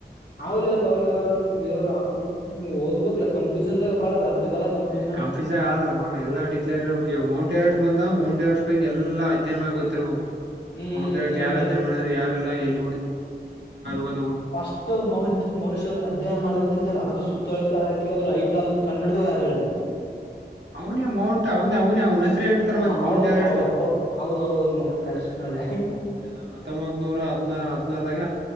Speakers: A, on the left; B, on the right.
A: <unintelligible> ಕನ್ಫ್ಯೂಷನ್
B: ಯ್ ಕಂಫೀಜ ಆ ಆದಲ್ಲ ಮ ಎಲ್ಲ ಡಿಕ್ಲೇರ್ ಇರ್ಬೇಕು ಇಾಗ ಮೌಂಟ್ ಎವರೆಸ್ಟ್ ಬಂತಂದ ಮೌಂಟ್ ಮೌಂಟ್ ಎವರೆಸ್ಟ್ ಬಗ್ಗೆ ಎಲ್ಲಾ ಅಧ್ಯನ ಮಾಡಿ ಗೊತ್ತಿರಬೇಕು
A: ಹ್ಮ್
B: ಮೌಂಟ್
A: ಹ್ಮ್
B: ರೆಸ್ಟ್
A: ಹ್ಮ್
B: ಯಾರ
A: ನೀವು
B: ಅಧ್ಯಯನ ಮಾಡಿದ್ರೆ ಯಾರೆಲ್ಲ ಎಲ್ಲಿ ಹಡ <unintelligible>
A: ಫಸ್ಟ್ ಮನ್ ಮೌನ್ಶ ಅವ ಅಧ್ಯಯನ ಮಾಡದಂತ ಅಂತಲ್ಲ ಅದು ಸುತ್ತ ತೊಳೆತ ಹಾಕಿ ಅದ್ರ ಹೈಟ್ ಆದಂತ ಕಡ್ಡುಇಡಿಧ್ವ ಯಾರ್ ಹೇಳೇಲೆ.
B: ಅವನೇ ಮೌಂಟ್ ಅವನ ಅವನೇ ಅವ್ನ ಹೆಸರೇ ಇಡ್ತಾರ
A: ಹಾ
B: ಮತ್ತೆ ಮೌಂಟ್
A: ಹೌದು್
B: ಎವರೆಸ್ಟ್
A: ಹೌದುೌದ ಹೌದ ಹೌದ ಹೌದು ಮೌಂಟ್ ಅವರೆಸ್ಟ್ <inaudible>
B: ಅವನೇ ಹತ್ತೊಂಬತ್ ನೂರ ಹದ್ ಹದ್ನಾರಾಗ.